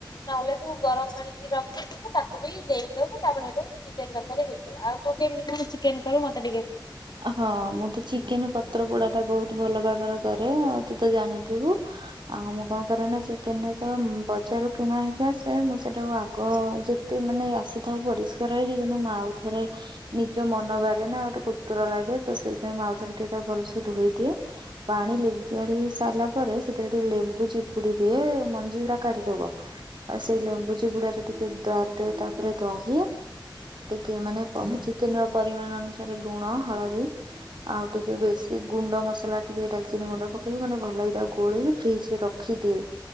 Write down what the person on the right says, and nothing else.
ହଁ ମୁଁ ଚିକେନ ପତ୍ର ପୋଡା ଟା ବହୁତ ଭଲ ଭାବରେ କରେ ଆଉ ତୁ ତ ଜାଣିଥିବୁ ଆଉ ମୁଁ କଣ <unintelligible> କ ଚିକେନ ତ ଯେତେବେଳେ ବଜାରରୁ କିଣା ହେଇକି ଆସେ ମୁଁ ସେଟାକୁ ଆଗ ଯେତେ ମାନେ ଆସେ ପରିଷ୍କାର ହେଇଛି କିନ୍ତୁ ମୁଁ ଆଉ ଥରେ ନିଜ ମନ ବାରେ ନା ଗୋଟେ <unintelligible> କୁତୁର ଲାଗେ ତ ସେଥିପାଇଁ ଆଉଥରେ ଟିକେ ତାକୁ ଭଲସେ ଧୋଇ ଦିଏ ପାଣି ଲିଗାଡି ସାରିଲା ପରେ ସେଥିରେ ଟିକେ ଲେମ୍ବୁ ଚିୁପୁ ଦିଏ ମଞ୍ଜି ଗୁରା କାଢି ଦବ। ଆଉ ସେଇ ଲେମ୍ବୁ ଚିପୁଡ଼ାରେ ଟିକେ <unintelligible> ତାପରେ ତାପରେ ଦହି। ଟିକେ ମାନେ ଚିକେନ ର ପରିମାଣ ଅନୁସାରେ ଲୁଣ ହଳଦୀ ଆଉ ଟିକେ ବେଶୀ ଗୁଣ୍ଡ ଗୁଣ୍ଡ ମସଲା ଟିକେ ଡାଲଚିନି ଗୁଣ୍ଡ ପକେଇ ମାନେ ଭଲ ହି ଗୋଳେଇ ଫ୍ରିଜ ରେ ରଖିଦିଏ ଅ